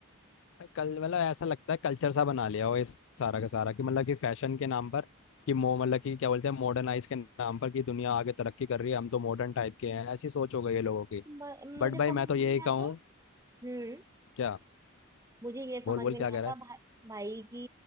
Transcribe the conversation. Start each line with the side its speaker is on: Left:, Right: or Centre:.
Left: भाई कल मतलब ऐसा लगता है कल्चर सा बना लिया हो इस सारा का सारा कि मतलब कि फैशन के नाम पर कि मो मतलब कि क्या बोलते हैं मॉडर्नाइज के नाम पर कि दुनिया आगे तरक्की कर रही है हम तो मॉडर्न टाइप के हैं ऐसी सोच हो गई है लोगों की
Right: ब- मुझे
Left: बट भाई
Right: समझ
Left: मैं तो
Right: में
Left: यही
Right: नहीं
Left: कहूँ
Right: आता हम्म
Left: क्या
Right: मुझे ये
Left: बोल
Right: समझ
Left: बोल
Right: में
Left: क्या
Right: नहीं
Left: कह
Right: आता
Left: रहा है
Right: भाई भाई कि